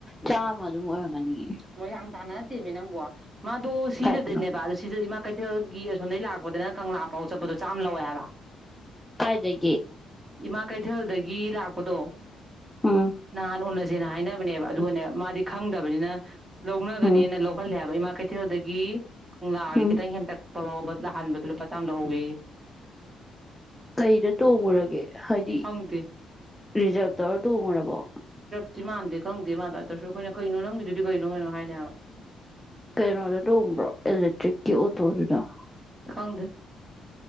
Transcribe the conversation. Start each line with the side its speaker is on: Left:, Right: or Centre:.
Centre: ꯆꯥꯝꯃ ꯑꯗꯨꯝ ꯑꯣꯏꯔꯝꯒꯅꯤꯌꯦ
Right: ꯃꯣꯏꯔꯥꯡ ꯇꯥꯟꯅ ꯅꯠꯇ‌ꯦꯃꯤ ꯅꯪꯕꯣ ꯃꯥꯗꯨ ꯁꯤꯖꯗꯅꯦꯕꯥ
Centre: ꯀꯥꯏꯗꯅꯣ
Right: ꯑꯗꯨ ꯁꯤꯖ ꯏꯃꯥ ꯀꯩꯊꯦꯜꯒꯤ ꯑꯁꯣꯝꯗꯒꯤ ꯂꯥꯛꯄꯗꯅ ꯀꯪꯂꯥ ꯐꯥꯎ ꯆꯠꯄꯗꯣ ꯆꯥꯝꯃ ꯂꯧꯋꯦ ꯍꯥꯏꯕ
Centre: ꯀꯥꯏꯗꯗꯒꯤ
Right: ꯏꯃꯥ ꯀꯩꯊꯦꯜꯗꯒꯤ ꯂꯥꯛꯄꯗꯣ
Centre: ꯎꯝ
Right: ꯅꯍꯥꯟ ꯎꯅꯥꯁ‌ꯦ ꯁꯦꯅ ꯍꯥꯏꯅꯕꯅꯦꯕ ꯑꯗꯨꯒꯅ‌ꯦ ꯃꯥꯗꯤ ꯈꯪꯗꯕꯅꯤꯅ ꯂꯧꯅꯒꯅꯦꯅ
Centre: ꯎꯝ
Right: ꯂꯧꯍꯜꯂꯦ ꯍꯥꯏꯕ ꯏꯃ ꯀꯩꯊ‌ꯦꯜꯗꯒꯤ ꯀꯪꯂꯥꯒꯤꯗꯨ
Centre: ꯎꯝ
Right: ꯈꯤꯇꯪ ꯍ‌ꯧ ꯄꯍꯥꯎꯕꯗꯅꯍꯥꯟꯕꯗ ꯂꯨꯄꯥ ꯆꯥꯡ ꯂꯧꯍꯧꯕꯋꯤ
Centre: ꯀꯩꯗ ꯇꯣꯡꯉꯨꯔꯒꯦ ꯍꯥꯏꯗꯤ
Right: ꯈꯪꯗꯦ
Centre: ꯔꯤꯖꯥꯕ ꯇꯧꯔ ꯇꯣꯡꯉꯨꯔꯕꯣ
Right: ꯁꯤꯥꯟꯦ ꯈꯪꯗꯦ ꯃꯥꯗ ꯑꯗꯨꯁꯨ ꯑꯩꯈꯅ ꯀꯩꯅꯣ ꯅꯪꯒꯤꯗꯨꯗꯤ ꯀꯩꯅꯣꯩꯅꯣ ꯍꯥꯏꯅꯦꯕ
Centre: ꯀꯩꯅꯣꯗ ꯇꯣꯡꯕ꯭ꯔꯣ ꯏꯂꯦꯛꯇ꯭ꯔꯤꯛꯀꯤ ꯑꯣꯇꯣꯗꯨꯗ
Right: ꯍꯪꯗ